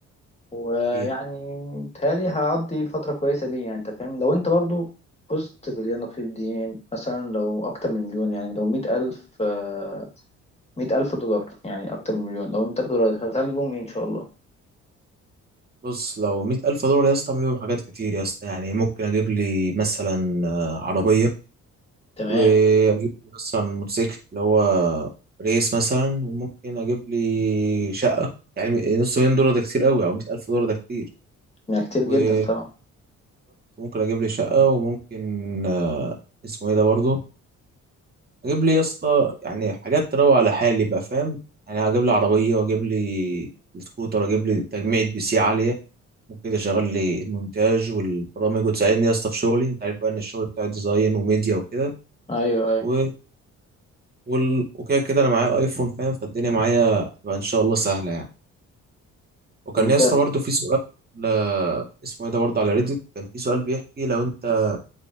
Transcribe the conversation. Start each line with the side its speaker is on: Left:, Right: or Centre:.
Left: ويعني
Right: كتير.
Left: بيتهيألي هقضي فترة كويسة بيه يعني انت فاهم لو انت برضو فزت باللي انا فيه دي يعني مثلا لو اكتر من مليون يعني لو مية الف آه، مية الف دولار يعني اكتر من مليون لو مية الف دولار هتعمل بيهم ايه ان شاء الله
Right: بص لو مية ألف دولار يا اسطى أعمل بيهم حاجات كتير يا اسطى يعني ممكن أجيب لي مثلا آه، عربية
Left: تمام
Right: وأجيب لي مثلا موتوسيكل اللي هو ريس مثلا وممكن أجيب لي شقة يعني نص مليون دولار ده كتير قوي أو مية ألف دولار ده كتير
Left: يعني كتير
Right: وبالظبط
Left: جدا طبعا
Right: ممكن أجيب لي شقة وممكن آه، اسمه ايه ده برضه اجيب لي يا اسطى يعني حاجات تروق على حالي بقى فاهم يعني اجيب لي عربيه واجيب لي سكوتر اجيب لي تجميعة بي سي عاليه ممكن اشغل لي المونتاج والبرامج وتساعدني يا اسطى في شغلي انت عارف بقى ان الشغل بتاع ديزاين وميديا وكده
Left: ايوه ايوه
Right: و... وال... وكده كده انا معايا ايفون فاهم فالدنيا معايا تبقى ان شاء الله سهله يعني وكان
Left: ممتاز
Right: يا اسطى برضه في سؤال آه، اسمه ايه ده برضه على ريديت كان في سؤال بيحكي لو انت